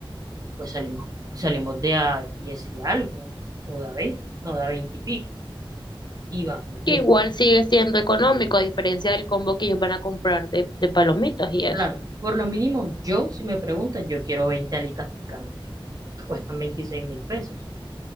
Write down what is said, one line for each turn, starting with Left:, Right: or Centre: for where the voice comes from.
Right: pues salimos, salimos de a 10 y algo, o de a 20, no, de a 20 y pico, y vamos bien.
Left: que igual sigue siendo económico, a diferencia del combo que ellos van a comprar de, de palomitas y eso.
Right: Claro, por lo mínimo, yo, si me preguntas, yo quiero 20 alitas picantes, que cuestan veintiséis mil pesos.